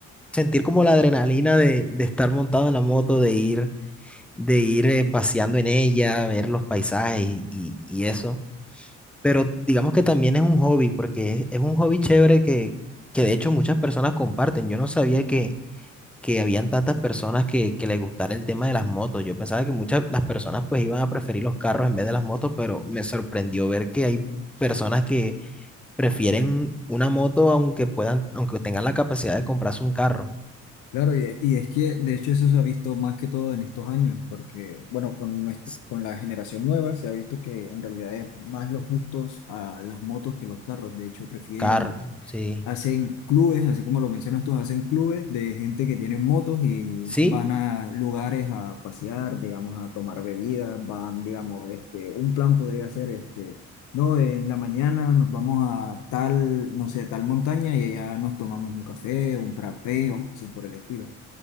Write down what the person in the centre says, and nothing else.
sentir como la adrenalina de, de estar montado en la moto, de ir de ir eh, paseando en ella, ver los paisajes y, y- y eso. Pero digamos que también es un hobby, porque es, es un hobby chévere que, que de hecho muchas personas comparten. Yo no sabía que, que habían tantas personas que, que les gustara el tema de las motos. Yo pensaba que muchas las personas pues iban a preferir los carros en vez de las motos, pero me sorprendió ver que hay personas que prefieren una moto aunque puedan, aunque tengan la capacidad de comprarse un carro.
S-
Carro, sí.
¿Sí?